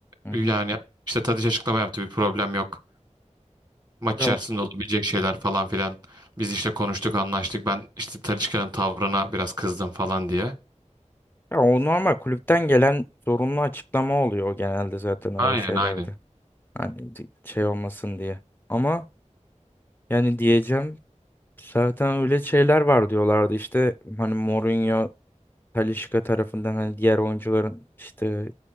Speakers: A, on the left (about 15°); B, on the right (about 35°).
A: Hı hı.
B: yani işte Tadiç açıklama yaptı bir problem yok. Maç
A: Ya
B: içerisinde olabilecek şeyler falan filan. Biz işte konuştuk anlaştık ben işte Talisca'nın tavrına biraz kızdım falan diye.
A: Ya o normal kulüpten gelen zorunlu açıklama oluyor o genelde zaten öyle
B: Aynen
A: şeylerde.
B: aynen.
A: Hani di- şey olmasın diye. Ama yani diyeceğim zaten öyle şeyler var diyorlardı işte hani Mourinho, Talisca tarafından hani diğer oyuncuların işte